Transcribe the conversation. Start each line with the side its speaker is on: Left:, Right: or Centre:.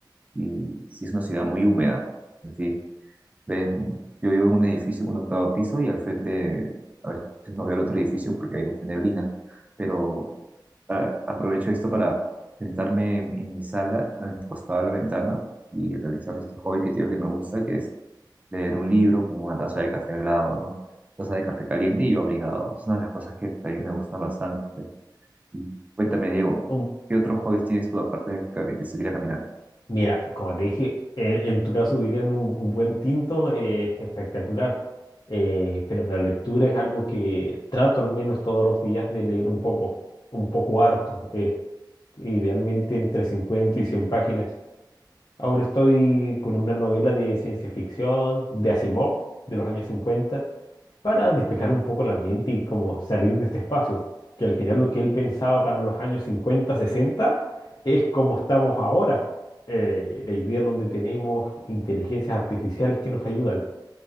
Right: y sí es una ciudad muy húmeda. Sí, ves, yo vivo en un edificio con un octavo piso y al frente a veces no veo el otro edificio porque hay mucha neblina, pero ah, aprovecho esto para sentarme en, en mi sala, al costado de la ventana, y realizar este hobby que tengo que me gusta, que es leer un libro con una taza de café al lado, ¿no? Taza de café caliente y yo abrigado. Es una de las cosas que también me gustan bastante. Y cuéntame, Diego,
Left: Un-
Right: ¿qué otros hobbies tienes tú aparte de, cami- de salir a caminar?
Left: mira, como te dije, en, en tu caso dirían un, un buen tinto eh, espectacular. Eh, pero la lectura es algo que trato al menos todos los días de leer un poco, un poco harto, eh, idealmente entre 50 y 100 páginas. Ahora estoy con una novela de ciencia ficción de Asimov de los años cincuenta para despejar un poco la mente y como salir de este espacio, que al final lo que él pensaba para los años 50 60 es como estamos ahora, eh, la idea donde tenemos inteligencias artificiales que nos ayudan